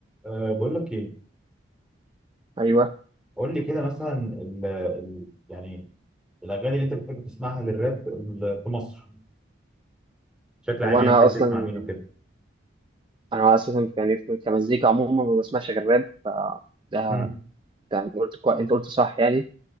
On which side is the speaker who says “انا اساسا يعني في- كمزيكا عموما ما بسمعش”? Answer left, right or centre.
Right